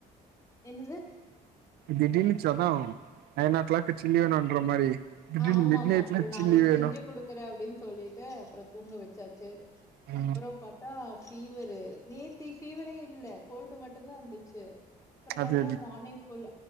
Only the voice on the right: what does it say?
திடீர்னுச்ச தா நைன் ஒ கிளாக் சில்லி வேணுன்ற மாரி திடீர்னு
மிட்
நைட்ல
சில்லி வேணு
ம்
அது